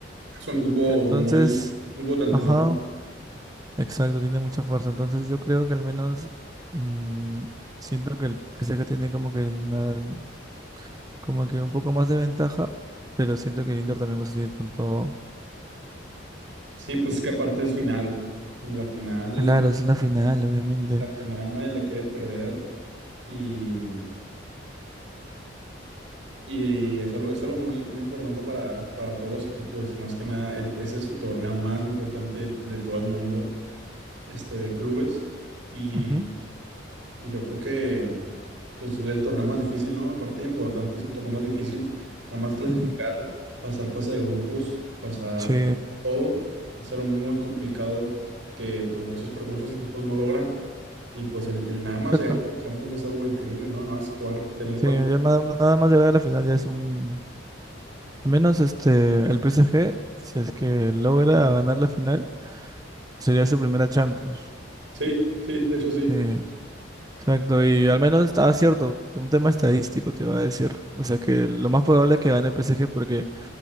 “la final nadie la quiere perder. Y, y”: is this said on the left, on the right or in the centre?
Right